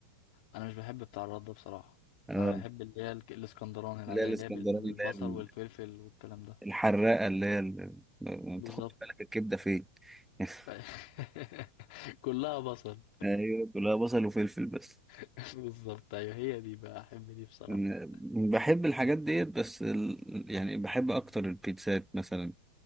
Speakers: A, on the left; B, in the centre.
A: انا مش بحب بتاع الرد ده بصراحة
B: اه
A: انا بحب اللي هي الك- الاسكندراني العادية
B: اللي هي الاسكندراني
A: اللي هي بالبصل
B: اللي هي ال-
A: والفلفل والكلام ده
B: الحراقة اللي هي ال- ما
A: بالظبط
B: بتاخدش بالك الكبدة فين <laughs>
A: <laughs> كلها بصل
B: أيوه كلها بصل وفلفل بس
A: <laughs> بالظبط ايوه هي دي بقى احب دي بصراحة
B: أنا بحب الحاجات ديت بس ال... يعني بحب أكتر البيتزات مثلا